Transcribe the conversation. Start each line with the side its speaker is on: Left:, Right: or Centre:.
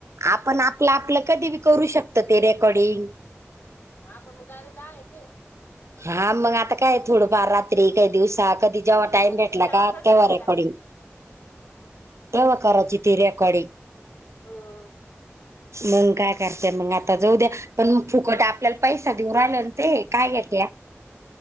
Right: आपण आपलं आपलं कधी बी करू शकतो, ते रेकॉर्डींग.
Left: हा पण मग, डायरेक्ट दहा येना ते.
Right: हां मग आता काय थोडंफार रात्री काही दिवसात कधी
Left: पैसे
Right: जेव्हा
Left: बी
Right: टाइम
Left: मग
Right: भेटला
Left: त्याचे जादाच
Right: का
Left: असेल
Right: तेव्हा
Left: बरं
Right: रेकॉर्डिंग
Left: का
Right: तेंव्हा करायची ती रेकॉर्डिंग.
Left: हम्म
Right: मग काय करतेय मग आता जाऊ द्या पण फुकट आपल्याला पैसा देऊ राहिला ते काय त्या